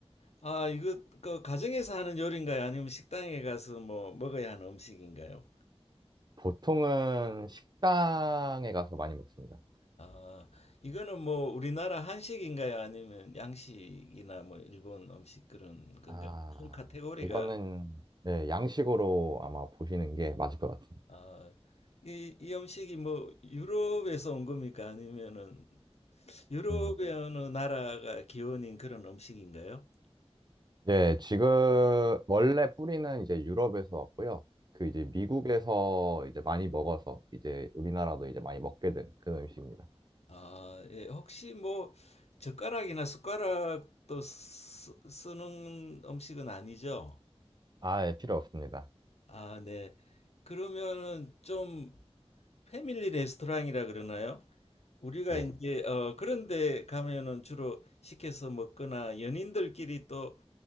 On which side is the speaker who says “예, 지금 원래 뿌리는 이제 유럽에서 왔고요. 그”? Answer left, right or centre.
Right